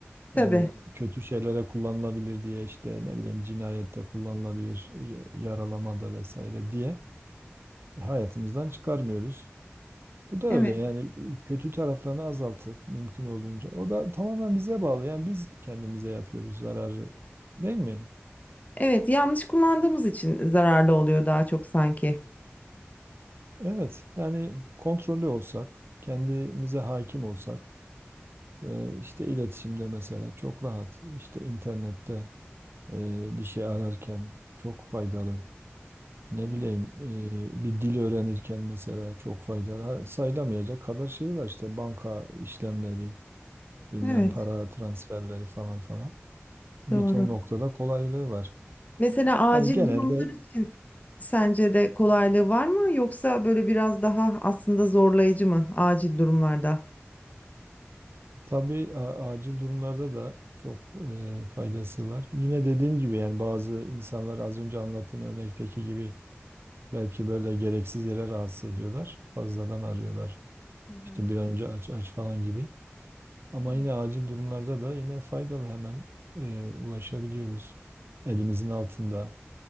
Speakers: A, on the left; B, on the right.
A: Tabii.
B: Yani kötü şeylere kullanılabilir diye işte ne bileyim cinayette kullanılabilir, y- yaralamada vesaire diye hayatımızdan çıkarmıyoruz. Bu da öyle
A: Evet.
B: yani kötü taraflarını azaltıp mümkün olduğunca o da tamamen bize bağlı. Yani biz kendimize yapıyoruz zararı değil mi?
A: Evet, yanlış kullandığımız için zararlı oluyor daha çok sanki.
B: Evet, yani kontrollü olsak, kendimize hakim olsak, e, işte iletişimde mesela çok rahat, işte internette e, bir şey ararken çok faydalı. Ne
A: Evet.
B: bileyim e, bir dil öğrenirken mesela çok faydalı. Ha, Sayılamayacak kadar şey var işte banka işlemleri, bilmem
A: Evet,
B: para transferleri falan falan. Bir
A: doğru.
B: ton noktada kolaylığı var.
A: Mesela
B: Hani
A: acil
B: genelde
A: durumlar için sence de kolaylığı var mı yoksa böyle biraz daha aslında zorlayıcı mı acil durumlarda?
B: Tabii a- acil durumlarda da çok e, faydası var. Yine dediğim gibi yani bazı insanlar az önce anlattığın örnekteki gibi belki böyle gereksiz yere rahatsız ediyorlar. Fazladan arıyorlar.
A: Hı hı,
B: İşte bir an önce aç aç falan gibi. Ama
A: evet,
B: yine acil durumlarda da yine faydalı hemen e, ulaşabiliyoruz. Elimizin altında.